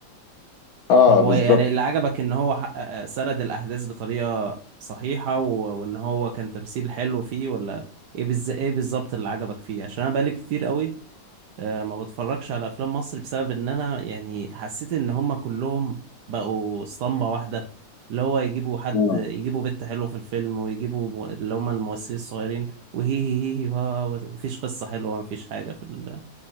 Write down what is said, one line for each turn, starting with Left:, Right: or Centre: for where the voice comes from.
Left: آه
Right: طب هو
Left: بالظبط
Right: يعني اللي عجبك ان هو حقق سرد الاحداث بطريقه صحيحه و... وان هو كان تمثيل حلو فيه ولا ايه بالز... ايه بالظبط اللي عجبك فيه عشان انا بقالي كتير قوي آه، ما بتفرجش على افلام مصر بسبب ان انا يعني حسيت ان هم كلهم بقوا اسطمبة واحدة اللي هو يجيبوا حد
Left: آه
Right: يجيبوا بنت حلوة في الفيلم ويجيبوا مو- اللي هم الممثلين الصغيرين وهي هي هي هي ها مفيش قصة حلوة مفيش حاجة في ال...